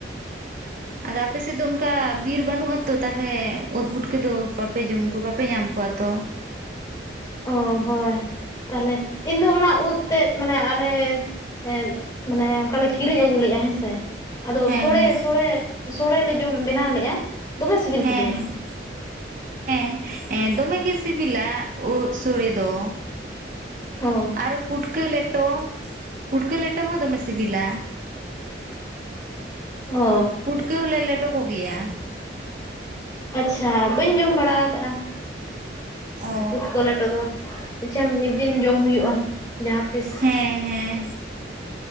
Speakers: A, on the right (about 45°); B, on the left (about 20°).
A: ᱟᱫᱚ ᱟᱯᱮ ᱥᱮᱫ ᱫᱚ ᱚᱱᱠᱟ ᱵᱤᱨ ᱵᱟᱹᱱᱩᱜ ᱟᱛᱚ ᱛᱟᱦᱞᱮ ᱚᱛ ᱵᱩᱴᱠᱟᱹᱫᱚ ᱵᱟᱯᱮ ᱡᱚᱢ ᱠᱚ ᱵᱟᱯᱮ ᱧᱟᱢ ᱠᱚᱣᱟ ᱛᱚ
B: ᱚ ᱦᱳᱭ ᱛᱟᱦᱞᱮ ᱤᱧ ᱫᱚ ᱚᱱᱟ ᱩᱫ ᱛᱮᱫ ᱢᱟᱱᱮ ᱟᱞᱮ ᱮᱜ ᱢᱟᱱᱮ ᱚᱱᱠᱟᱞᱮ ᱠᱤᱨᱤᱧ ᱟᱹᱜᱩ ᱞᱮᱫᱼᱟ ᱦᱮᱸᱥᱮ ᱟᱫᱚ
A: ᱦᱮᱸ
B: ᱥᱚᱲᱮ
A: ᱦᱮᱸ
B: ᱥᱚᱲᱮ ᱥᱚᱲᱮ ᱞᱮ ᱡᱚᱢ ᱵᱮᱱᱟᱣ ᱞᱮᱫᱼᱟ ᱫᱚᱢᱮ ᱥᱤᱵᱤᱞ
A: ᱦᱮᱸ
B: ᱠᱤᱫᱤᱧᱟ
A: ᱦᱮᱸ ᱦᱮᱸ ᱫᱚᱢᱮᱜ ᱜᱮ ᱥᱤᱵᱤᱞᱟ ᱩᱫ ᱥᱚᱲᱮ ᱫᱚ
B: ᱚ
A: ᱟᱨ ᱯᱩᱰᱠᱟ ᱞᱮᱴᱚ ᱯᱩᱴᱠᱟᱹ ᱞᱮᱴᱚ ᱦᱚᱸ ᱫᱚᱢᱮ ᱥᱤᱵᱤᱞᱟ
B: ᱚ
A: ᱯᱩᱴᱠᱟᱹᱣ ᱦᱚᱸ ᱞᱮ ᱞᱮᱴᱚ ᱦᱚᱴᱚ ᱠᱚᱜᱮᱭᱟ
B: ᱟᱪᱪᱷᱟ ᱵᱟᱹᱧ ᱡᱚᱢ ᱵᱟᱲᱟ ᱟᱠᱟᱫᱟᱼᱟ
A: ᱚ
B: ᱯᱩᱰ ᱠᱟ ᱞᱮᱴᱚ ᱫᱚ ᱟᱪᱪᱷᱟ ᱢᱤᱫ ᱫᱤᱱ ᱡᱚᱢ ᱦᱩᱭᱩᱜᱼᱟ ᱡᱟᱦᱟᱸ ᱛᱤᱥ
A: ᱦᱮᱸ ᱦᱮᱸ